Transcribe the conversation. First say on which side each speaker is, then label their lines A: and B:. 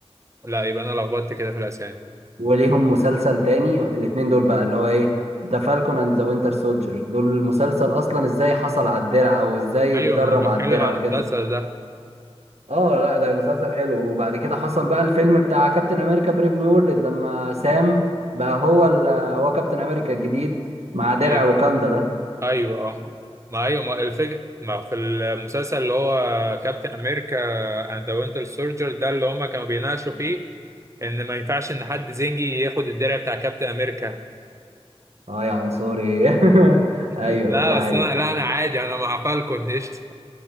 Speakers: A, on the right; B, on the right.
A: لا يبقى انا لخبطت كده في الاسامي
B: وليهم مسلسل تاني الاتنين دول بقى اللي هو ايه ذا فالكون اند ذا وينتر سولجر دول المسلسل اصلا ازاي حصل على الدرع او ازاي
A: ايوه
B: اتدرب
A: ما انا بتكلم
B: على الدرع
A: عن
B: وكده
A: المسلسل ده
B: اه لا ده مسلسل حلو وبعد كده حصل بقى الفيلم بتاع كابتن امريكا بريف نيو وورلد لما سام بقى هو ال- هو كابتن امريكا الجديد مع درع
A: ايوه
B: وكاندا ده
A: ايوه اه ما ايوه ما الفكره ما في المسلسل اللي هو كابتن امريكا اند ذا وينتر سولجر ده اللي هم كانوا بيناقشوا فيه ان ما ينفعش ان حد زنجي ياخد الدرع بتاع كابتن امريكا
B: اه يا عنصري <laughs> ايوه
A: <laughs> لا
B: دي حقيقة
A: بس انا لا انا عادي انا مع فالكون قشطه